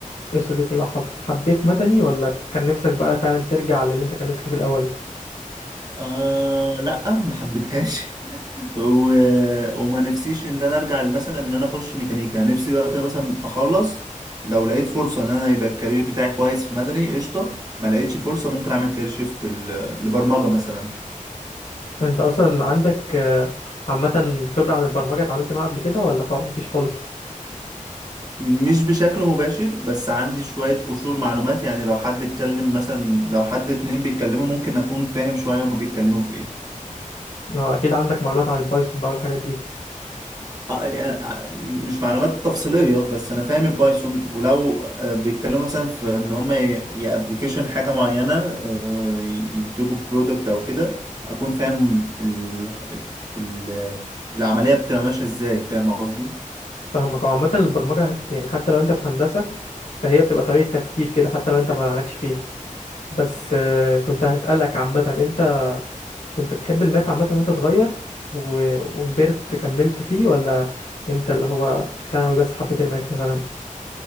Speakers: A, on the left (about 50°); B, on the right (about 30°).
A: القصة دي كلها حصلت حبيت مدني ولا كان نفسك بقى فعلا ترجع للي انت كان نفسك في الأول
B: آه لا ما حبيتهاش <laughs> و... وما نفسيش ان انا ارجع مثلا ان انا اخش ميكانيكا نفسي دلوقتي مثلا اخلص لو لقيت فرصة ان انا يبقى الكارير بتاعي كويس في مدني قشطة ما لقيتش فرصة ممكن اعمل كارير شيفت ل- لبرمجة مثلا
A: انت أصلا عندك آه، عامة خبرة عن البرمجة اتعاملت معاها قبل كده ولا خلاص مفيش خالص
B: مش بشكل مباشر بس عندي شوية قشور معلومات يعني لو حد اتكلم مثلا لو حد اتنين بيتكلموا ممكن أكون فاهم شوية هما بيتكلموا في إيه
A: اه أكيد عندك معلومات عن البايثون بقى والحاجات دي
B: آه، يعني آه، مش معلومات تفصيلية بس أنا فاهم البايثون ولو آه، بيتكلموا مثلا في إن هما ي- يا ابلكيشن حاجة معينة آه، ينتجوا برودكت أو كده أكون فاهم ال ال ال- العملية بتبقى ماشية إزاي فاهم قصدي؟
A: فاهمك هو عامة البرمجة هت يعني حتى لو انت في هندسة فهي بتبقى طريقة تفكير كده حتى لو انت ما مالكش فيها بس آه، كنت هسألك عامة انت كنت بتحب الماث عامة وانت صغير و... وكبرت كملت فيه ولا انت اللي هو في ثانوي بس حبيت الماث مثلا